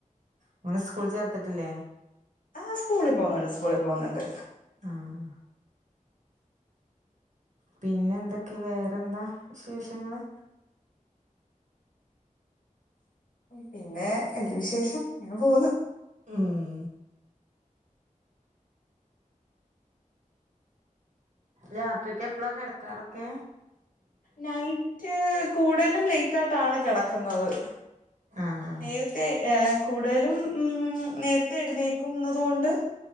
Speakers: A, on the right; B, on the left.
A: അങ്ങനെ സ്കൂൾ ചേർത്തിട്ടില്ലേ
B: ആഹ് സ്കൂളിൽ പോന്നുണ്ട് സ്കൂളിൽ പോകുന്നുണ്ട്
A: ആഹ് പിന്നെ എന്തൊക്കെ വേറെന്താ വിശേഷങ്ങള്
B: പിന്നെ എന്ത് വിശേഷം അങ്ങനെ പോവ്ന്ന്
A: മ് ഉം രാത്രിക്കെ എപ്പളാ കിടക്കാറൊക്കെ
B: നൈറ്റ് കൂടുതലും ലെയിറ്റായിട്ടാണ് കിടക്കുന്നത്
A: ആഹ്
B: നേരത്തെ എഹ് കൂടുതലും നേര നേരത്തെഴുന്നേക്കുന്നതുകൊണ്ട്